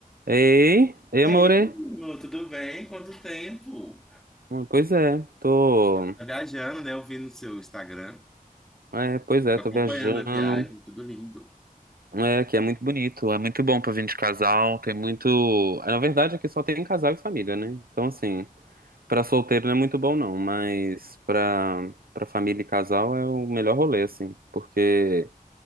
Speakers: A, on the right (about 80°); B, in the centre.
A: Ei, ei,
B: Ei,
A: amore.
B: Lu, tudo bem? Quanto tempo?
A: Hum, Pois é, tô.
B: Tá viajando, né? Eu vi no seu Instagram,
A: É, pois é,
B: acompanhando
A: tô viajando.
B: a viagem, tudo lindo.
A: É, que é muito bonito, é muito bom pra vir de casal. Tem muito. é, Na verdade, aqui só tem casal e família, né? Então, assim, pra solteiro não é muito bom, não, mas pra, pra família e casal é o melhor rolê, assim, porque